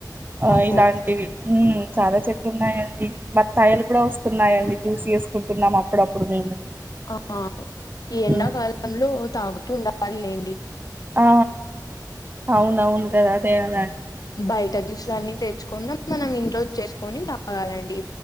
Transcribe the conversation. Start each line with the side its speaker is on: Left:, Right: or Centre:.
Right: ఆ
Left: ఓహో
Right: ఇలాంటివి ఉమ్ చాలా చె ఉన్నాయండి బత్తాయలు కూడా వస్తున్నాయండి జ్యూసి చేసుకుంటున్నాం అప్పుడప్పుడు మేము
Left: ఆ ఈ ఎండాకాలంలో
Right: హ్మ్.
Left: తాగుతూ ఉండాలి లే
Right: ఆ అవున అవును కదా అదే అల
Left: బయట జ్యూస్లు అన్ని తెచ్చుకున్న మనం ఇంట్లోది చేసుకొని తాగాలండి